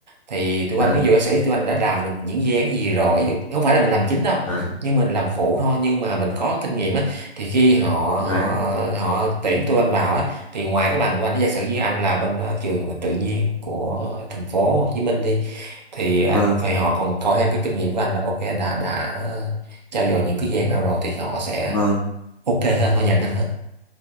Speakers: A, on the right; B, on the left.
A: thì tụi
B: Đấy,
A: anh ví dụ ca sĩ tụi anh đã làm được những dự án gì rồi ví dụ không phải là mình làm chính đâu
B: đấy,
A: nhưng mình làm phụ thôi nhưng mà mình có kinh nghiệm á thì khi họ
B: đấy.
A: họ họ tuyển tụi anh vào á thì ngoài cái bằng tụi anh giả sử như anh là bên ờ, trường tự nhiên của thành phố Hồ Chí Minh đi thì anh
B: Vâng,
A: thì họ còn coi thêm cái kinh nghiệm của anh là ok anh đã đã trau dồi những cái dự án nào rồi thì họ sẽ
B: vâng.
A: ok hơn họ nhận anh hơn